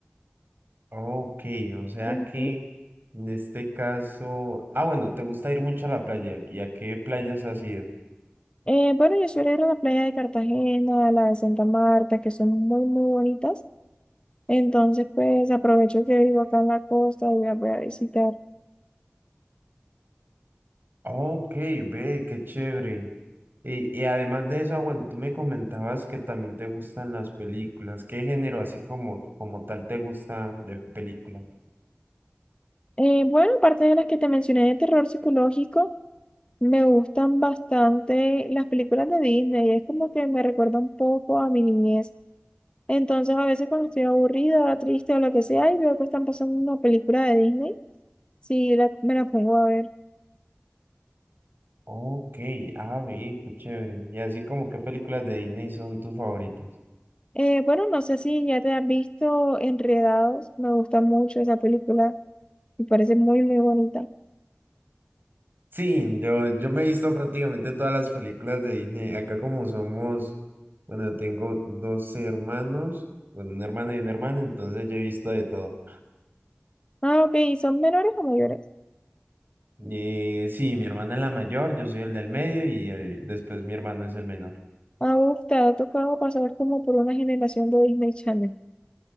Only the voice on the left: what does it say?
Ujú.
Eh, bueno, yo suelo ir a la playa de Cartagena, a la de Santa Marta, que son muy, muy bonitas. Entonces, pues aprovecho que vivo acá en la costa y voy a, voy a visitar.
Eh, bueno, aparte de las que te mencioné de terror psicológico, me gustan bastante las películas de Disney. Es como que me recuerda un poco a mi niñez. Entonces, a veces cuando estoy aburrida, triste o lo que sea, y veo que están pasando una película de Disney, sí, la- me la pongo a ver.
Eh, bueno, no sé si ya te has visto Enredados. Me gusta mucho esa película. Me parece muy, muy bonita.
Ah, ok. ¿Y son menores o mayores?
Ah, uf, te ha tocado pasar como por una generación de Disney Channel.